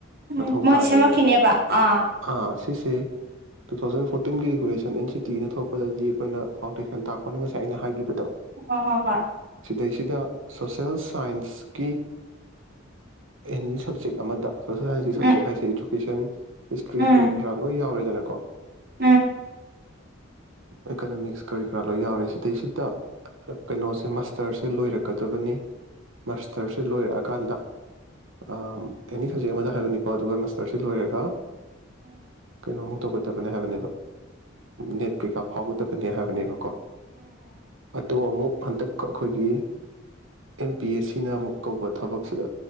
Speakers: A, on the right (about 50°); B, on the right (about 70°).
A: ꯎꯝ
B: ꯃꯊꯧ
A: ꯃꯣꯏ
B: ꯇꯥꯏꯌꯦ
A: ꯁꯦꯝꯃꯛꯈꯤꯅꯦꯕ ꯑꯥ
B: ꯑꯥ ꯁꯤꯁꯦ ꯇꯨ ꯊꯥꯎꯖꯟ ꯐꯣꯔꯇꯤꯟꯒꯤ ꯔꯤꯒꯨꯂꯦꯁꯟ ꯑꯦꯟ ꯁꯤ ꯇꯤꯅ ꯊꯣꯛꯄꯗꯗꯤ ꯑꯩꯈꯣꯏꯅ ꯐꯥꯎꯟꯗꯦꯁꯟ ꯇꯥꯛꯄꯅ ꯉꯁꯥꯏ ꯑꯩꯅ ꯍꯥꯏꯒꯤꯈꯤꯕꯗꯣ
A: ꯍꯣ ꯍꯣ ꯍꯣꯏ
B: ꯁꯤꯗꯩꯁꯤꯗ ꯁꯣꯁꯦꯜ ꯁꯥꯏꯟꯁꯀꯤ ꯑꯦꯅꯤ ꯁꯕꯖꯦꯛ ꯑꯃꯗ ꯁꯣꯁꯦꯜ ꯁꯥꯏꯟꯁ
A: ꯎꯝ
B: ꯁꯕꯖꯦꯛ ꯍꯥꯏꯁꯦ ꯑꯦꯖꯨꯀꯦꯁꯟ <inaudible> ꯀ꯭ꯔꯤ
A: ꯎꯝ
B: ꯀꯔꯤ ꯀ꯭ꯔꯥ ꯂꯣꯏ ꯌꯥꯎꯔꯦꯗꯅꯀꯣ
A: ꯎꯝ ꯎꯝ ꯎꯝ ꯎꯝ
B: ꯑꯦꯀꯅꯃꯤꯛꯁ ꯀꯔꯤ ꯀꯔꯥ ꯂꯣꯏ ꯌꯥꯎꯔꯦ ꯁꯤꯗꯩꯁꯤꯗ ꯀꯩꯅꯣꯁꯦ ꯃꯥꯁꯇꯔꯁꯦ ꯂꯣꯏꯔꯛꯀꯗꯕꯅꯤ ꯃꯥꯁꯇꯔꯁꯦ ꯂꯣꯏꯔꯛꯑꯀꯥꯟꯗ ꯑꯦꯅꯤ ꯁꯕꯖꯦꯛ ꯑꯃꯗ ꯍꯥꯏꯕꯅꯤꯀꯣ ꯑꯗꯨꯒ ꯃꯥꯁꯇꯔꯁꯦ ꯂꯣꯏꯔꯒ ꯀꯩꯅꯣꯝ ꯇꯧꯒꯗꯕꯅꯦ ꯍꯥꯏꯕꯅꯦꯕ ꯅꯦꯠ ꯀꯩꯀꯥ ꯐꯥꯎꯒꯗꯕꯅꯦ ꯍꯥꯏꯕꯅꯦꯕꯀꯣ ꯑꯗꯨ ꯑꯃꯨꯛ ꯍꯟꯇꯛ ꯑꯩꯈꯣꯏꯒꯤ ꯑꯦꯝ ꯄꯤ ꯑꯦꯁ ꯁꯤꯅ ꯑꯃꯨꯛ ꯀꯧꯕ ꯊꯕꯛꯁꯤꯗ